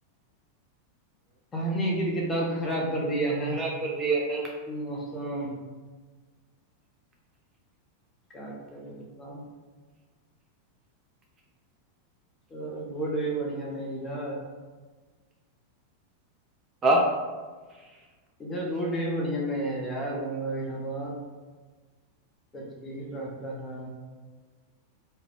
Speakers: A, on the left; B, on the right.
A: پانی گر کے تب خراب کر دیا ہے
B: خراب کر دیا ہے.
A: موسم کیا کر د بتاؤ تو گڈ بھی بڑھیا نہیں ادھر
B: ہاں
A: ادھر روڈ بھی بڑھیا نہیں ہے یار روم لگٹمار سچکی ہی رہاتتا ہے